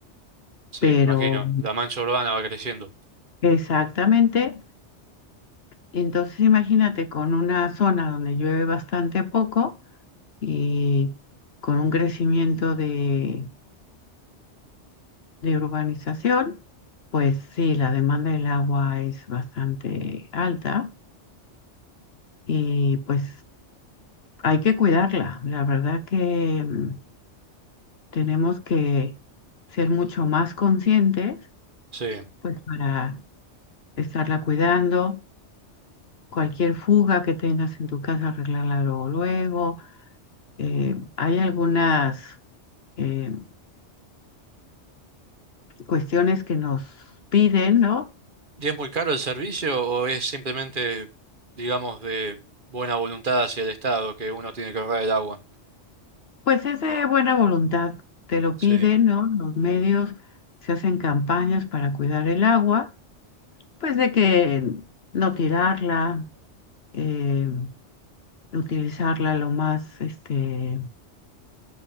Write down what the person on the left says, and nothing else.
pero
exactamente, entonces imagínate con una zona donde llueve bastante poco y con un crecimiento de, de urbanización, pues sí, la demanda del agua es bastante alta y pues hay que cuidarla. La verdad que mm, Tenemos que ser mucho más conscientes,
pues para estarla cuidando. Cualquier fuga que tengas en tu casa, arreglarla luego, luego. Eh, hay algunas eh, cuestiones que nos piden, ¿no?
Pues es de buena voluntad. Te lo
piden, ¿no? Los medios se hacen campañas para cuidar el agua, pues de que no tirarla, eh, utilizarla lo más este,